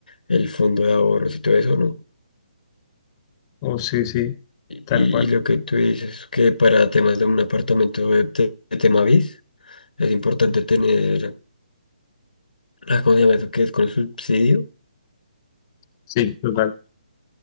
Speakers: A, on the left; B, on the left.
A: el fondo de ahorros y todo eso, ¿no?
B: Oh, sí, sí,
A: Y,
B: tal
A: y-
B: cual.
A: y lo que tú dices, que para temas de un apartamento de, te- de tema BIS, es importante tener, ah, ¿cómo se llama eso? Que es con subsidio.
B: Sí, total.